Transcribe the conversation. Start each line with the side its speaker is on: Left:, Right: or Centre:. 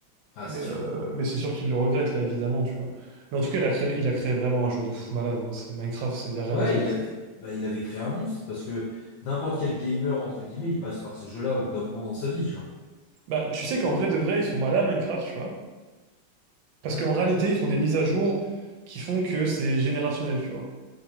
Left: Ah,
Right: Mais,
Left: c'est sûr.
Right: euh, mais c'est sûr qu'il le regrette, là, évidemment, tu vois. Mais en tout cas, il a créé, il a créé vraiment un jeu de fou malade. hein. C'est Minecraft, il n'y a rien
Left: Ouais,
Right: à dire.
Left: il avait, bah, il avait créé un monstre parce que n'importe quel gamer, entre guillemets, il passe par ce jeu-là au bout d'un moment dans sa vie, genre.
Right: Bah, tu sais qu'en vrai, de vrai, ils sont malades à Minecraft, tu vois. Parce
Left: Ouais,
Right: qu'en réalité, ils font des mises à jour qui font que c'est générationnel, tu vois.